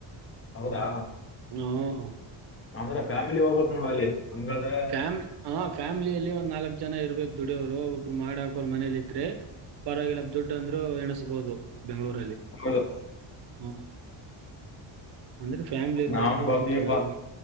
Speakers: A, on the left; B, on the right.
A: ಹೌದಾ
B: ಹ್ಮ್ ಹ
A: ಅಂದ್ರೆ ಫ್ಯಾಮಿಲಿ ಹೋಗ್ಬೇಕ ನೊಡ್ ಅಲ್ಲಿ. ಹಂಗಾದ್ರೆ.
B: ಫ್ಯಾಮ್ ಹ ಫ್ಯಾಮಿಲಿಯಲ್ಲಿ ಒಂದ್ ನಾಲ್ಕಕ್ ಜನ ಇರ್ಬೇಕು ದುಡಿಯವ್ರು ಒಬ್ರು ಮಾಡ್ ಹಾಕೋರು ಮನೇಲಿ ಇದ್ರೆ ಪರವಾಗಿಲ್ಲ ದುಡ್ ಅಂದ್ರು ಎಣಸ್ಬಹುದು ಬೆಂಗಳೂರ್.
A: ಹೌದು
B: ಹ್ಮ್ ಅಂದ್ರೆ ಫ್ಯಾಮ್ಲಿ ಇರ್ಬೇಕು
A: ನಾನು ಬರ್ತೀಯಪ್ಪ
B: ಚೆನ್ನಾಗಿ